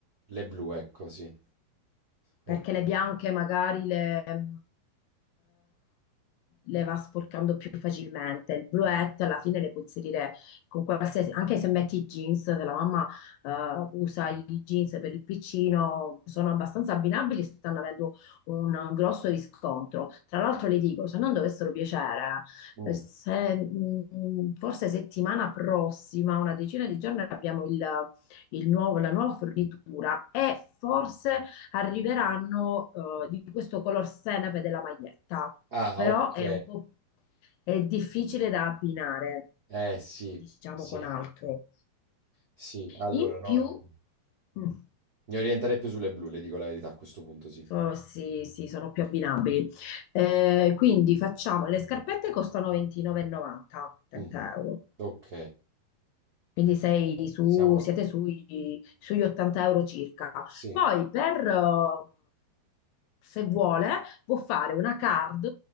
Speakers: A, on the right (about 70°); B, on the left (about 80°).
A: le blu, ecco, sì. Ok.
B: perché le bianche magari le, eh, le va sporcando più facilmente. Il bluette alla fine le puoi inserire con qualsiasi, anche se metti i jeans, se la mamma eh, usa i jeans per il piccino, sono abbastanza abbinabili, stanno avendo un un grosso riscontro. Tra l'altro le dico, se non dovessero piacere,
A: Mm.
B: eh, se, mh, forse settimana prossima, una decina di giorni, abbiamo il, il nuovo- la nuova fornitura e forse arriveranno eh, di questo color senape della maglietta,
A: Ah,
B: però
A: ok.
B: è un po' è difficile da abbinare,
A: Eh sì,
B: diciamo,
A: sì,
B: con altro.
A: sì. Allora
B: In
A: no,
B: più,
A: eh,
B: mm,
A: mi orienterei più sulle blu, le dico la verità a questo punto, sì.
B: so- sì, sì, sono più abbinabili. Eh, quindi facciamo, le scarpette costano 29,90, 30
A: Mm.
B: euro.
A: Ok.
B: Quindi sei su-
A: Siamo...
B: siete sui- sugli 80 euro circa.
A: Sì,
B: Poi per, eh, se vuole, può fare una card,